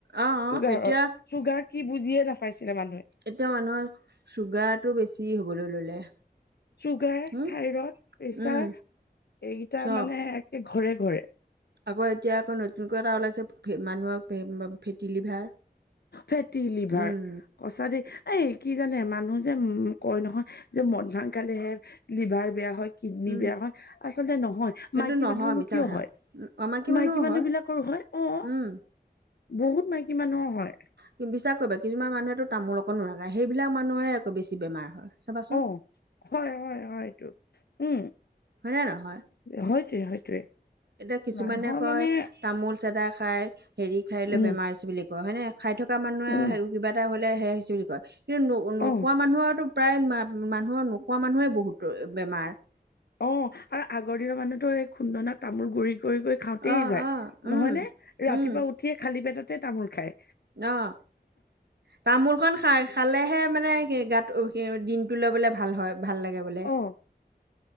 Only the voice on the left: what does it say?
চুগাৰৰ,
চুগাৰ কি বুজিয়ে নাপাইছিলে মানুহে।
চুগাৰ
থাইৰইড প্ৰেচাৰ
এইকেইটা
মানে একে ঘৰে, ঘৰে।
ফেটি লিভাৰ
সচাকে দেই এই কি জানে মানুহ যে কয় নহয় যে মদ ভাং খালেহে লিভাৰ বেয়া হয়। কিডনী
বেয়া হয় আচলতে নহয়।
মাইকী
মানুহনো
কিয়
হয়
মাইকী মানুহ
বিলাকৰো হয় অ'।
বহুত মাইকী মানুহৰ হয়।
অ, হয়, হয়, হয়টো উম,
হয়। স, হয়তোৱে
মানুহৰ
মানে‌
উম
উম
অ
অ, আৰু আগৰ দিনৰ মানুহতো এই খুন্দনা তামোল গুৰি কৰি, কৰি খাওঁতে
যায়
নহয় নে ৰাতিপুৱা
উঠিয়ে খালী পেটতে তামোল খায়।
অ